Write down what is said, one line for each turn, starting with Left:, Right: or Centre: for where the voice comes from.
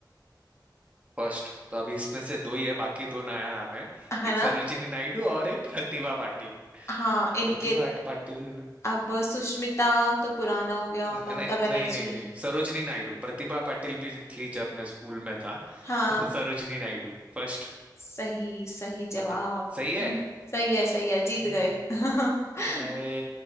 Right: फर्स्ट तो अभी इसमें से दो ही है बाकी दो नया नाम है
Left: है
Right: एक
Left: ना
Right: सरोजिनी नायडू और एक प्रतिभा पाटिल
Left: हाँ इनके
Right: प्रतिभा पाटिल न-
Left: अब सुष्मिता तो पुराना हो गया
Right: नहीं
Left: ममता
Right: नहीं
Left: बनर्जी
Right: नहीं नहीं सरोजिनी नायडू प्रतिभा पाटिल भी थी जब मैं स्कूल में था
Left: हाँ
Right: तो सरोजिनी नायडू फर्स्ट
Left: सही सही जवाब
Right: पता सही है
Left: हम्म, सही है सही है
Right: हम्म,
Left: जीत गए <laughs>
Right: अरे